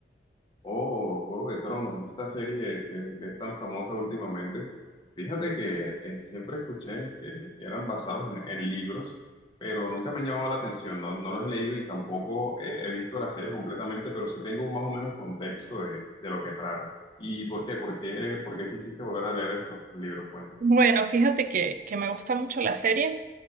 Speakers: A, on the left; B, on the right.
A: Oh, Juego de Tronos, esta serie que, que es tan famosa últimamente. Fíjate que eh, siempre escuché que, que eran basados en, en libros, pero nunca me han llamado la atención. No, no los he leído y tampoco eh, he visto la serie completamente, pero sí tengo más o menos contexto de, de lo que trata. ¿Y por qué? ¿Por qué, por qué quisiste volver a leer estos libros? Cuéntame.
B: Bueno, fíjate que, que me gusta mucho la serie